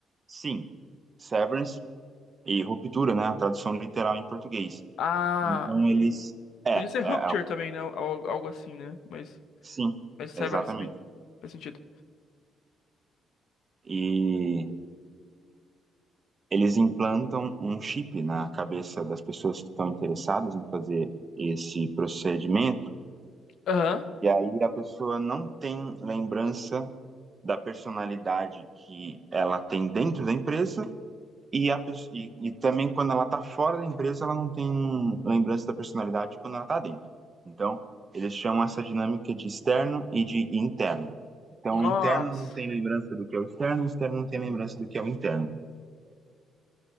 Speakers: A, on the right (about 30°); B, on the left (about 65°).
A: sim, severance e ruptura, né? A tradução literal em português.
B: Ah,
A: Então eles. É,
B: podia
A: é,
B: ser
A: é
B: Rupture também, né? Al- Algo assim, né? Mas,
A: sim,
B: mas Severance
A: exatamente.
B: também faz sentido.
A: E eles implantam um chip na cabeça das pessoas que estão interessadas em fazer esse procedimento,
B: Aham.
A: e aí a pessoa não tem lembrança da personalidade que ela tem dentro da empresa e, a, e, e também quando ela está fora da empresa, ela não tem lembrança da personalidade quando ela está dentro. Então, eles chamam essa dinâmica de externo e de interno. Então,
B: Nossa.
A: o interno não tem lembrança do que é o externo, o externo não tem lembrança do que é o interno.